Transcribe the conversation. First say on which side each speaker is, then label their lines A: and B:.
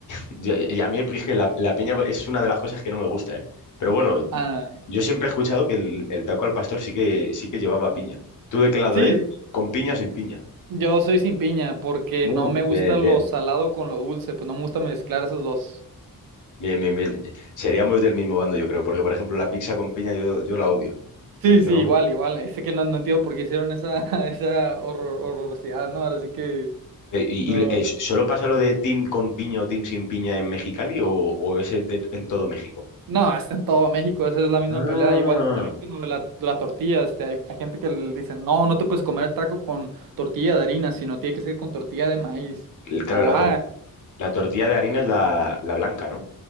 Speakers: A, on the left; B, on the right.
A: Y, y a mí es que la, la piña es una de las cosas que no me gusta, ¿eh? Pero bueno,
B: Ah,
A: yo siempre he escuchado que el, el taco al pastor sí que, sí que llevaba piña. ¿Tú de qué lado
B: sí,
A: eres? ¿Con piña o sin piña?
B: yo soy sin piña porque
A: Uf,
B: no me gusta
A: bien, bien.
B: lo salado con lo dulce, pues no me gusta mezclar esos dos.
A: Bien, bien, bien. Seríamos del mismo bando, yo creo, porque por ejemplo la pizza con piña yo, yo la odio.
B: Sí,
A: No, yo
B: sí,
A: no.
B: igual, igual. Sé que no, no entiendo por qué hicieron esa, <laughs> esa horror- horrorosidad, ¿no? Ahora sí que
A: Eh, ¿Y,
B: no.
A: y, eh, solo pasa lo de team con piña o team sin piña en Mexicali o, o es de- en todo México?
B: No, está en todo México, esa es la misma
A: Ah,
B: pelea. Igual también con lo de la, de la tortilla, este, hay, hay gente que le dice, no, no te puedes comer el taco con tortilla de harina, sino tiene que ser con tortilla de maíz.
A: el- claro,
B: O,
A: la, tor-
B: ah,
A: la tortilla de harina es la, la blanca, ¿no?